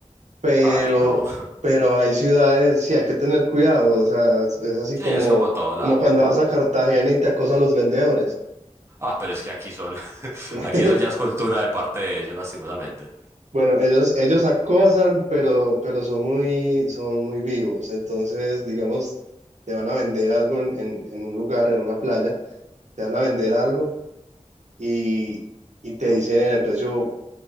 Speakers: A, on the right; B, on the right.
A: pero,
B: Ay, no. <laughs>
A: pero hay ciudades, sí hay que tener cuidado. O sea, es así
B: Sí,
A: como,
B: es como todo lado.
A: como cuando vas a Cartagena y te acosan los vendedores.
B: Ah, pero es que aquí son, <laughs>
A: <laughs>
B: aquí eso ya es cultura de parte de ellos, lastimosamente.
A: Bueno, ellos, ellos acosan, pero, pero son muy, son muy vivos. Entonces, digamos, te van a vender algo en, en- en un lugar, en una playa, te van a vender algo y, y te dicen el precio